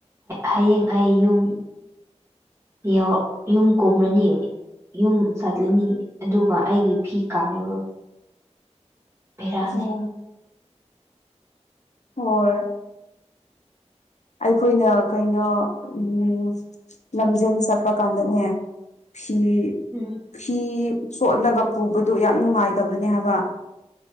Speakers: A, on the right; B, on the left.
A: ꯍꯌꯦꯡ ꯑꯩ ꯌꯨꯝ ꯌꯧ ꯌꯨꯝ ꯀꯨꯝ꯭ꯔꯅꯤ ꯌꯨꯝ ꯆꯠꯂꯤꯅꯤ ꯑꯗꯨꯒ ꯑꯩꯒꯤ ꯐꯤ ꯀꯪꯉꯔꯣꯏ ꯕꯦꯔꯥꯅꯤ
B: ꯑꯣ ꯍꯣꯏ ꯑꯩꯈꯣꯏꯅ ꯀꯩꯅꯣ ꯎꯝ ꯂꯝꯖꯦꯟ ꯆꯠꯄ ꯀꯥꯟꯗꯅꯦ ꯐꯤ
A: ꯎꯝ
B: ꯐꯤ ꯆꯣꯠꯂꯒ ꯄꯨꯕꯗꯨ ꯌꯥꯝ ꯅꯨꯡꯉꯥꯏꯇꯕꯅꯦ ꯍꯥꯏꯕ